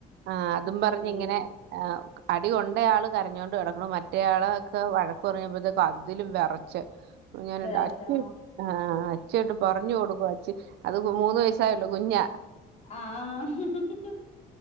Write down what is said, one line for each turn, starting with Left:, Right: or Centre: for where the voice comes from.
Right: ആ അതും
Left: ശരി
Right: പറഞ്ഞ് ഇങ്ങനെ ആ അടി കൊണ്ടയാള് കരഞ്ഞോണ്ട് ഇട മ്മള്ള് മറ്റ് റ്റെയാള ഒക്കെ വഴക്കു കുറെ <unintelligible> കാ അതിലും വിറച്ച് ഞാനുണ്ടാഇ
Left: വെറശോ
Right: മ് ആ അച്ചട്ടെ പറഞ്ഞു കൊടുക്കും അച്ചി അത് മൂന്ന് വയസ്സായുള്ളു കുഞ്ഞ
Left: ആ ആ ഹ് ഹ് ഹ് ഹ്